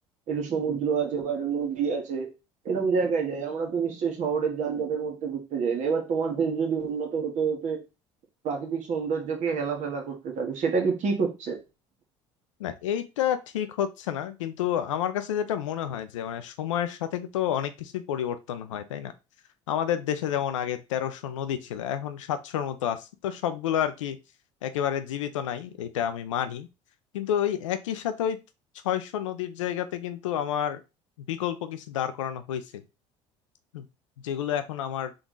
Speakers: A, on the right; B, on the left.
A: একটু সমুদ্র আছে বা একটা নদী আছে এরকম জায়গায় যাই আমরা তো নিশ্চয়ই শহরের যানজটের মধ্যে ঘুরতে যাই না এবার তোমার দেশ যদি উন্নত হতে হতে প্রাকৃতিক সৌন্দর্যকে হেলাফেলা করতে থাকে সেটা কি ঠিক হচ্ছে
B: না এইটা ঠিক হচ্ছে না কিন্তু আমার কাছে যেটা মনে হয় যে মানে সময়ের সাথে তো অনেক কিছুই পরিবর্তন হয় তাই না আমাদের দেশে যেমন আগে তেরোশো নদী ছিল এখন সাতশোর মতো আছে তো সবগুলো আর কি একেবারে জীবিত নাই এটা আমি মানি কিন্তু ওই একই সাথে ওই ছয়শো নদীর জায়গাতে কিন্তু আমার বিকল্প কিছু দাঁড় করানো হয়েছে হুম। যেগুলো এখন আমার